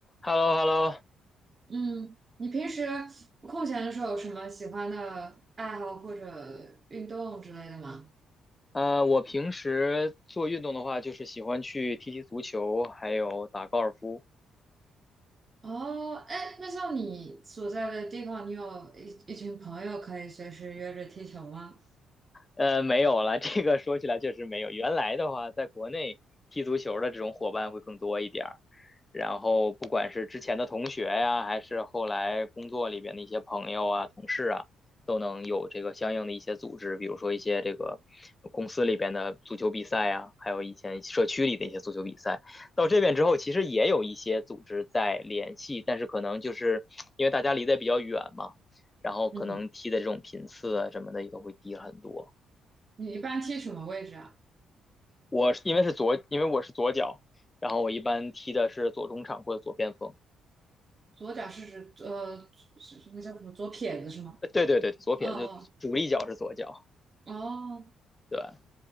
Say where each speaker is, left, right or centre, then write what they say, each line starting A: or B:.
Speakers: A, on the left; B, on the right.
A: h e l l o h e l l o
B: 嗯，你平时空闲的时候有什么喜欢的爱好或者运动之类的吗？
A: 呃，我平时做运动的话，就是喜欢去踢踢足球，还有打高尔夫。
B: 哦，哎，那像你所在的地方，你有一一群朋友可以随时约着踢球吗？
A: 呃，没有了，这个说起来确实没有。原来的话，在国内踢足球的这种伙伴会更多一点儿，然后不管是之前的同学呀，还是后来工作里边的一些朋友啊、同事啊，都能有这个相应的一些组织，比如说一些这个公司里边的足球比赛啊，还有以前社区里的一些足球比赛。到这边之后，其实也有一些组织在联系，但是可能就是因为大家离得比较远嘛，然后可能踢的这种频次啊什么的也都会低很多。
B: 嗯，你一般踢什么位置啊？
A: 我是因为是左，因为我是左脚，然后我一般踢的是左中场或者左边锋。
B: 左脚是指呃，左是那叫什么左撇子是吗？
A: 呃对对对，左撇子，
B: 哦
A: 主力脚是左脚。
B: 哦哦，
A: 对，嗯。